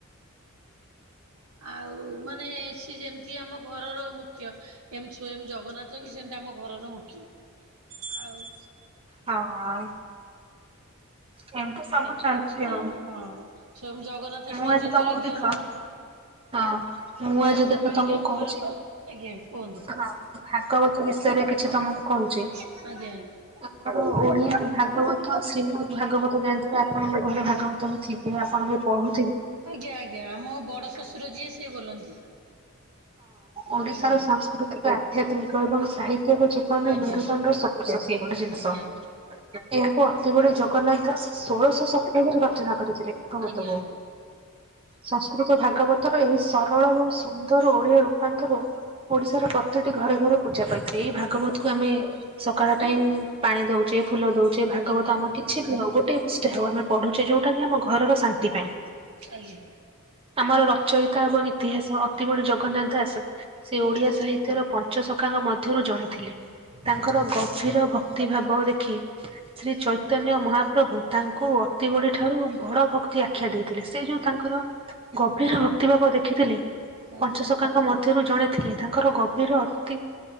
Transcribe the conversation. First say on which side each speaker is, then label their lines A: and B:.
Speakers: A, on the right; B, on the right.
A: ଆଉ ମାନେ ସିଏ ଯେ ଆମ ଘରର ମୁଖ୍ୟ, ଏମଂ ସ୍ଵୟଂ ଜଗନ୍ନାଥ ବି ସେମିତି ଆମ ଘରର ମୁଖ୍ୟ। ଆଉ!
B: ହଁ! ଏମିତି
A: ସେମିତି
B: ସବୁ ଚାଲିଛି
A: କଥା
B: ଆଉ
A: ଅଁ ସ୍ୱୟଂ ଜଗନ୍ନାଥ
B: ମୁଁ
A: ଶୋଇଛନ୍ତି
B: ଆଜି ତମକୁ
A: ବୋଲି
B: ଦେଖ
A: ଦେହ ମୁଣ୍ଡ
B: ହଁ, ମୁଁ
A: ଦେହ
B: ଆଜି
A: ମୁଣ୍ଡ
B: ଦେଖ
A: ହେଇକା
B: ତମକୁ କହୁଛି,
A: ଖରାପ ଆଜ୍ଞା କୁହନ୍ତୁ।
B: ହଁ ଭାଗବତ ବିଷୟରେ କିଛି ତମେ କହୁଛି,
A: ଆଜ୍ଞା ଆଜ୍ଞା
B: ଆମର ଓଡିଆ ଭାଗବତ ଶ୍ରୀମଦ୍ ଭାଗବତ ଜାଣିଥିବେ ଆପଣଙ୍କ ଘରେ ଭାଗବତ ଥିବ, ଆପଣ ବି ପଢୁ <inaudible> ହଁ,
A: ଆଜ୍ଞା ଆଜ୍ଞା ଆମ ବଡ ଶ୍ୱଶୁର ଯିଏ ସିଏ ବୋଲନ୍ତି
B: ଓଡିଶାର
A: ଆଜ୍ଞା।
B: ସାଂସ୍କୃତିକ ଆଧ୍ୟାତ୍ମିକ ଏବଂ ସାହିତ୍ୟ ଯୁ କେ
A: ଆଜ୍ଞା
B: ର ସ ସେ ଗୋଟେ ଜିନିଷ
A: ଆଜ୍ଞା ଆଜ୍ଞା
B: <inaudible> ଏହାକୁ ଅତିବଡି ଜଗନ୍ନାଥ ଦାସ ଷୋଳଶହ ଶତାବ୍ଦୀରେ ରଚନା କରିଥିଲେ, ଏକମତକୁ।
A: ଆଜ୍ଞା ଆଜ୍ଞା।
B: ସଂସ୍କୃତ ଭାଗବତରେ ସରଳ ଏବଂ ସୁନ୍ଦର ଓଡିଆ ରୂପାନ୍ତର ଓଡିଶାର ପ୍ରତ୍ୟେକଟି ଘରେ ଘରେ ପୂଜା ପାଇ ଏଇ ଭାଗବତ କୁ ଆମେ ସକାଳ ଟାଇମ ପାଣି ଦଉଚେ, ଫୁଲ ଦଉଚେ ଯେ ଭାଗବତ
A: ଆଜ୍ଞା ଆଜ୍ଞା
B: ଆମ କିଛି
A: ଆଜ୍ଞା
B: ବି ହଉ ଗୋଟେ ପୃଷ୍ଠା ହେଉ ଆମେ ପଢୁଛେ, ଯୋଉଟା କି ଆମ ଘରର ଶାନ୍ତି ପାଇଁ।
A: ଆଜ୍ଞା।
B: ଆମର ରଚୟିତା ଏବଂ ଇତିହାସ ଅତି ବଡ଼ି ଜ ଗନ୍ନାଥ ଦାସ ସେ ଓଡିଆ
A: ଆଜ୍ଞା
B: ସାହିତ୍ୟର ପଞ୍ଚ ଶଖାଙ୍କ ମଧ୍ୟରୁ ଜଣେ ଥିଲେ,
A: ଆଜ୍ଞା।
B: ତାଙ୍କର
A: ଆଜ୍ଞା ଆଜ୍ଞା ଆଜ୍ଞା ଆଜ୍ଞା ଆଜ୍ଞା। ଆଜ୍ଞା ଆଜ୍ଞା
B: ଗ ଚିର ଭକ୍ତିଭାବ ଦେଖି ଶ୍ରୀ ଚୈତନ୍ୟ ମହାପ୍ରଭୁ ତାଙ୍କୁ ଅତିବଡି ଠାରୁ ବଡ ଭକ୍ତି ଆଖ୍ୟା ଦେଇଥିଲେ, ସେ ଯୋଉ ତାଙ୍କର ଗଭୀର ଭକ୍ତି ଭାବ ଦେଖିଥିଲେ
A: ଆଜ୍ଞା ଆଜ୍ଞା ଆଜ୍ଞା
B: ପଞ୍ଚଶଖାଙ୍କ ମଧ୍ୟରୁ ଜଣେ ଥିଲେ, ତାଙ୍କର ଗଭୀର ଅତି